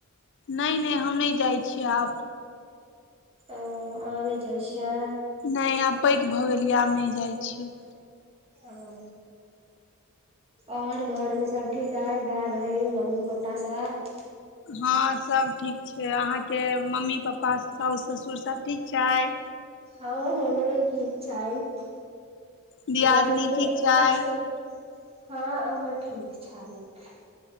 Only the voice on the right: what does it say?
ओ अहा नहि जाय छियै
ओ आओर घरमे सब ठीक हइ भ‌एय बहिन मम्मी पप्पा सब
हाँ हमरो ठीक छैइथ
गर्मी
एतेक
छै हाँ ओहो ठीक छैइथ